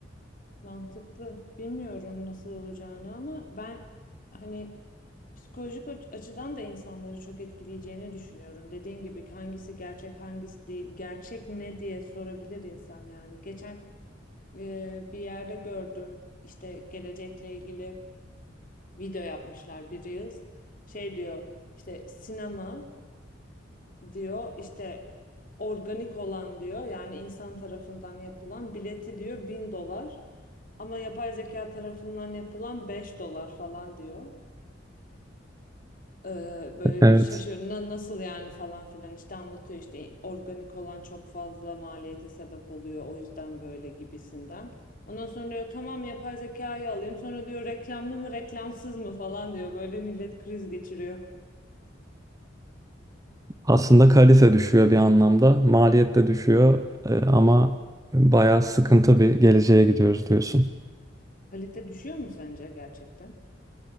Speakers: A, on the left (about 45°); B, on the right (about 20°).
A: Mantıklı. Bilmiyorum nasıl olacağını ama ben hani psikolojik aç- açıdan da insanları çok etkileyeceğini düşünüyorum. Dediğin gibi hangisi gerçek hangisi değil, gerçek ne diye sorabilir insan yani. Geçen e, bir yerde gördüm işte gelecekle ilgili video yapmışlar bir Reels. Şey diyor işte sinema. diyor işte organik olan diyor yani insan tarafından yapılan bileti diyor 1000 dolar ama yapay zeka tarafından yapılan 5 dolar falan diyor. Ee, böyle
B: Evet.
A: şaşırıyor "Na- nasıl yani falan filan işte anlatıyor işte organik olan çok fazla maliyete sebep oluyor o yüzden böyle gibisinden. Ondan sonra diyor tamam yapay zekayı alayım sonra diyor reklamlı mı reklamsız mı falan diyor böyle millet kriz geçiriyor.
B: Aslında kalite düşüyor bir anlamda. Maliyet de düşüyor e, ama bayağı sıkıntı bir geleceğe gidiyoruz diyorsun.
A: Kalite düşüyor mu sence gerçekten?